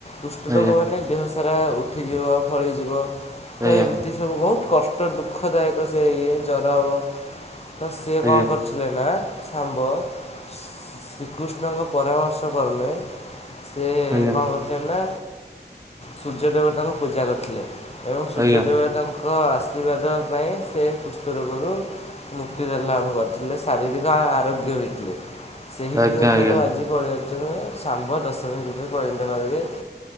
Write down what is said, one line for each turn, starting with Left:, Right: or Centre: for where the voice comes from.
Left: କୁଷ୍ଟ
Right: ଆଜ୍ଞା
Left: ରୋଗମାନେ ଦେହ ସାରା ଉଠିଯିବ ଫଳିଯିବ ତ
Right: ଆଜ୍ଞା
Left: ଏମିତି ସବୁ ବହୁତ୍ କଷ୍ଟ ଦୁଃଖଦାୟକ ସେ ଇଏ ଜ୍ୱର ହବ ତ ସିଏ
Right: ଆଜ୍ଞା
Left: କଣ କରି ଥିବେନା ଶାମ୍ବ ସି ଶ୍ରୀକୃଷ୍ଣଙ୍କ ପରାମର୍ଶ କର୍ମେ ସେ
Right: ଆଜ୍ଞା
Left: କଣ କରିଥିଲେନା ସୂର୍ଯ୍ୟ ଦେବତାଙ୍କୁ ପୂଜା କରିଥିଲେ। ଏବଂ ସୂର୍ଯ୍ୟ
Right: ଆଜ୍ଞା
Left: ଦେବତାଙ୍କ ଆଶୀର୍ବାଦ ପାଇଁ ସେ କୁଷ୍ଠ ରୋଗରୁ ସେ ମୁକ୍ତିରେ ଲାଭ କରିଥିଲେ ଶାରୀରିକ ଆରୋଗ୍ୟ ହୋଇଥିଲେ ସେହି
Right: ଆଜ୍ଞା
Left: ଦିନ
Right: ଆଜ୍ଞା
Left: ଠାରୁ ଆଜି <unintelligible> ଶାମ୍ବ ଦଶମି ଯୁଗରେ ପରିନିତ କରାଯାଏ